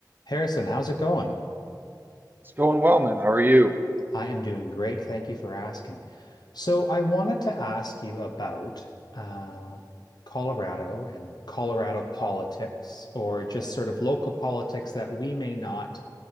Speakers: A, on the left; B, on the right.
A: Harrison, how's it going?
B: It's going well, man. How are you?
A: I am doing great. Thank you for asking. So, I wanted to ask you about uh, Colorado and Colorado politics, or just sort of local politics that we may not